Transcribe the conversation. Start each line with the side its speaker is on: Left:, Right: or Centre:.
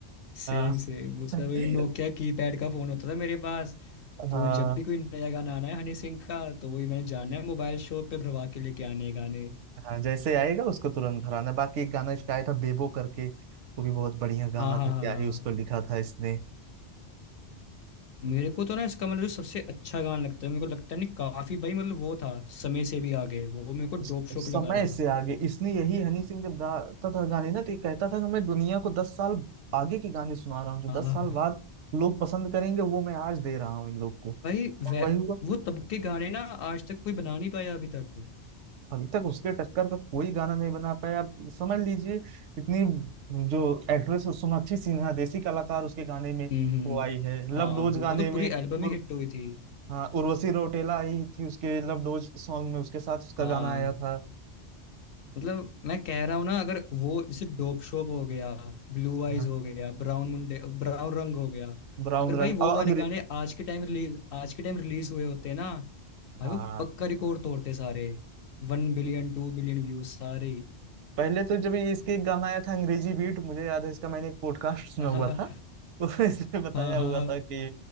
Left: सेम
Right: अ,
Left: सेम उसमें
Right: <laughs>
Left: वही नोकिया कीपैड का फोन होता था मेरे पास तो
Right: हाँ
Left: जब भी कोई नया गाना आना है हनी सिंह का तो वही मैंने जाना है मोबाइल शॉप पे भरवा के लेके आने हैं गाने
Right: हाँ जैसे आएगा उसको तुरंत भराना बाकी एक गाना इसका आया था बेबो करके वो भी बहुत बढ़िया गाना
Left: हाँ हाँ
Right: था क्या
Left: हाँ हाँ
Right: ही उसको लिखा था इसने
Left: मेरे को तो ना इसका मतलब जो सबसे अच्छा गाना लगता है मेरे को लगता है नहीं काफी भाई मतलब वो था समय से भी आगे वो मेरे को
Right: स-
Left: डोप शोप
Right: समय
Left: लगा था
Right: से आगे इसने यही हनी सिंह जब गाता था गाने ना तो ये कहता था कि मैं दुनिया को दस साल आगे के गाने सुना रहा हूँ जो
Left: आह,
Right: दस साल बाद लोग पसंद करेंगे वो मैं आज दे रहा हूँ इन लोग को
Left: भाई
Right: और
Left: वे
Right: वही हुआ
Left: वो तब के गाने ना आज तक कोई बना नहीं पाया अभी तक
Right: अभी तक उसके टक्कर का कोई गाना नहीं बना पाया आप समझ लीजिए इतनी जो एक्ट्रेस सोनाक्षी सिन्हा देसी कलाकार उसके गाने में
Left: हम्म हम्म
Right: वो आई है
Left: हाँ
Right: लव डोज
Left: वो
Right: गाने
Left: तो
Right: में
Left: पूरी एल्बम
Right: उर,
Left: ही हिट हुई थी
Right: हाँ उर्वशी रौटेला आई थी उसके लव डोज सॉन्ग में उसके साथ उसका
Left: हाँ
Right: गाना आया था
Left: मतलब मैं कह रहा हूँ ना अगर वो जैसे डोप शोप हो गया ब्लू आइज
Right: हाँ,
Left: हो गया ब्राउन मुंडे ब्राउन रंग हो गया
Right: ब्राउन
Left: अगर भाई
Right: रंग
Left: वो
Right: और
Left: वाले
Right: अंग्रेज
Left: गाने आज के टाइम रिलीज आज के टाइम रिलीज हुए होते ना भाई
Right: हाँ
Left: वो पक्का रिकॉर्ड तोड़ते सारे One billion two billion views सारे
Right: पहले तो जब ये इसके एक गाना आया था अंग्रेजी बीट मुझे याद है इसका मैंने एक पॉडकास्ट सुना
Left: <laughs> हाँ
Right: हुआ
Left: हाँ
Right: था <laughs> उसमें इसने बताया
Left: हाँ हाँ
Right: हुआ
Left: हाँ,
Right: था कि